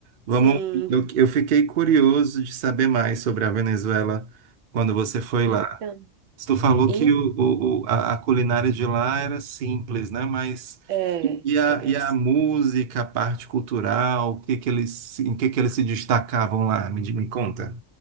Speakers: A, on the right (about 55°); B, on the right (about 85°).
A: Vamos,
B: Sim.
A: eu, eu fiquei curioso de saber mais sobre a Venezuela quando você foi
B: Então,
A: lá. Tu falou
B: em-
A: que o, o- o- a, a culinária de lá era simples, né? Mas
B: é,
A: E a,
B: é bem
A: e a música, a parte cultural, o que que eles, se- em que que eles se destacavam lá? Me, di- me conta.